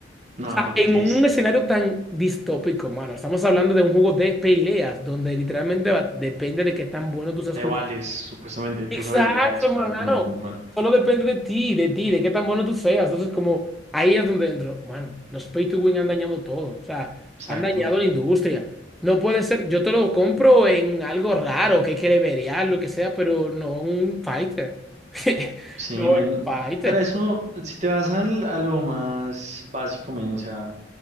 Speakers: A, on the right; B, in the centre.
A: No,
B: sea,
A: pero qué
B: en
A: triste.
B: un escenario tan distópico, mano, estamos hablando de un juego de peleas donde literalmente va- depende de qué tan bueno tú seas
A: Te
B: jugando
A: vales supuestamente de tus
B: Exacto,
A: habilidades,
B: hermano.
A: claro, con el control.
B: Solo depende de ti, de ti, de qué tan bueno tú seas. Entonces, como ahí es donde entro. mano. los pay to win han dañado todo. O sea,
A: Exacto.
B: han dañado la industria. No puede ser, yo te lo compro en algo raro, que hay que levelear, lo que sea, pero no un fighter. <laughs>
A: Sí,
B: No
A: men.
B: un fighter,
A: Pero eso, si te vas al, a lo más básico, men, o sea,